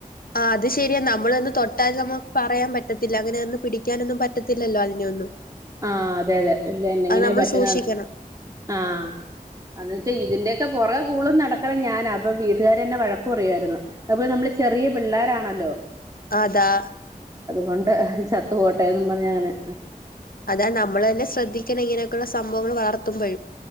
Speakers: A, on the left (about 75°); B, on the right (about 25°).
A: ആ അത് ശെരിയാ നമ്മളോന്ന് തൊട്ട് ട്ടാൽ നമുക്ക് പറയാൻ പറ്റത്തില്ല അങ്ങനെ ഒന്ന് പിടിക്കാനൊന്നും പറ്റത്തില്ലല്ലോ അതിനെയൊന്നും.
B: ആ അതെ അതെ വല്യ എങ്ങനെ
A: അത് നമ്മള്
B: പറ്റണം
A: സൂക്ഷിക്കണം
B: ആ അ ചെയ ഇതിന്റെയൊക്കെ പുറകെ കൂടുതലും നടക്കണം ഞാനാ അപ്പം വീട്ടുകാരന്നെ വഴക്ക പറയുവായിരുന്നു അതു പോലെ നമ്മള് ചെറിയ പിള്ളേര് ആണല്ലോ.
A: ആ താ.
B: കൊണ്ട് ചത്തു പോട്ടെ ന്നും പറഞ് അങ്ങനെ.
A: അതാ നമ്മൾ ന്നെ ശ്രദ്ധിക്കണം ഇങ്ങനെയൊക്കെയുള്ള സംഭവങ്ങൾ വളർത്തുമ്പോഴും.